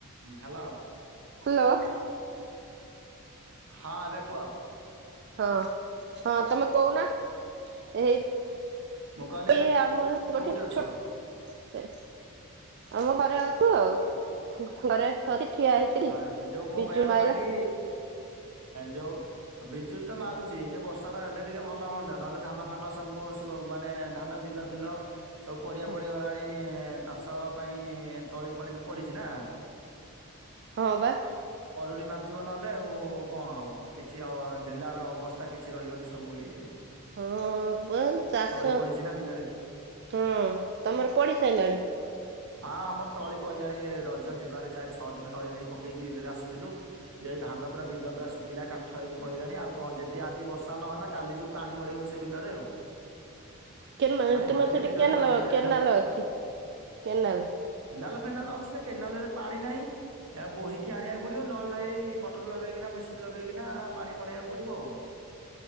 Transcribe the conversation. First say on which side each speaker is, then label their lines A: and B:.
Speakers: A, on the right; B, on the right.
A: ହଁ ହ୍ୟାଲୋ
B: ହ୍ୟାଲୋ
A: ହଁ ଦେଖୁହ
B: ହଁ ହଁ ତମେ କହୁନା ଏଇ
A: ମୁଁ କହିଲି ଏଇନା
B: ଇ
A: କୋ
B: ଆମର ଗୋଟେ
A: କୋଉଠି ଅଛ
B: ଛୋ ସେ ଆମ ଘରେ ଆଉ ଘରେ ଠିଆ ହେଇଥିଲି
A: ଘରେ ଅଛ ଯୋଉ ମୋ
B: ବିଜୁଳି
A: କହିବା କଥା
B: ମାଇଲା
A: କି ଯୋଉ ବିଜୁଳି ତ ମାରୁଛି ଯେ ବର୍ଷା ଟା ହେଲେ ଟିକେ ଭଲ ହୁଅନ୍ତା ନହେଲେ ଧାନ ଫାନ ସବୁ ମାନେ ଧାନ ଫିଲ ଫିଲ ସବୁ ପଡ଼ିଆ
B: ହଁ
A: ପଡ଼ିିଗଲାଣି ଚାଷ ହବା ପାଇଁ ତଳି ଫଳି ବି ପଡିଛି ନା
B: ହଁ ବା
A: <unintelligible>
B: ହଁ ବ ଚାଷ
A: ତଳି ପଡିଛି ନା ବିଲରେ
B: ହଁ ତମର ପଡି ସାରିଲାଣି।
A: ହଁ ଆମର ତଳି ପହିଲାଣି ରଜ ଯିବାରେ ଚାରି ଛଅ ଦିନ ତଳି ନେଇକ ପକେଇକି ବିଲରେ ଆସିଥିଲୁ। ଧାନ ପା ବିଲ ପା ଶୁଖିଲା କାଠ ହେଇି ପିଲଲାଣି ଆଉ କଣ ଯଦି ଆଜି ବର୍ଷା ନହେଲା କାଲି ଯୋଉ ପାଣି ମଡେଇବୁ ସେ ବିଲ ଚରେ ଆଉ
B: କେ
A: ପାଣି
B: ତୁମର
A: ମଡେଇଲେ
B: ସେଠି
A: ବିଲରେ
B: କେନାଲ
A: ପାଣି ହେଲେ
B: କେନାଲ
A: ଧାନଟା
B: ଅଛି କେନାଲ।
A: ଫନାଲ ଅଛି କେନାଲ ରେ ପାଣି ନାହିଁ। ଏହା ବୋହିକି ଆଣିବାକୁ ପଡିବ ନଲ ନହି ମଟର ଲଗେଇକିନା ମେସିନ ଲଗେଇକିନା ପାଣି ମଡେଇବାକୁ ପଡିବ ଆଉ ହ